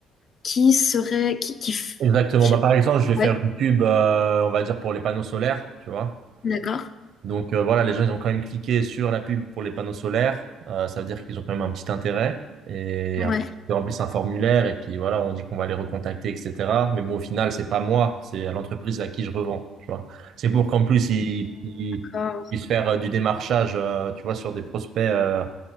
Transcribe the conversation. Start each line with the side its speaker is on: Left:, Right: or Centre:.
Left: qui seraient qui qui f
Right: Exactement.
Left: je sais
Right: Bah,
Left: pas.
Right: par exemple, je vais
Left: Ouais,
Right: faire une pub, euh, on va dire, pour les panneaux solaires, tu vois.
Left: d'accord.
Right: Donc euh, voilà, les gens, ils ont quand même cliqué sur la pub pour les panneaux solaires. Euh, ça veut dire qu'ils ont quand même un petit intérêt. Et après,
Left: Ouais.
Right: ils remplissent un formulaire et puis voilà, on dit qu'on va les recontacter, etc. Mais bon, au final, c'est pas moi, c'est à l'entreprise à qui je revends, tu vois. C'est pour qu'en plus, ils, ils
Left: D'accord.
Right: puissent faire euh, du démarchage, euh, tu vois, sur des prospects euh,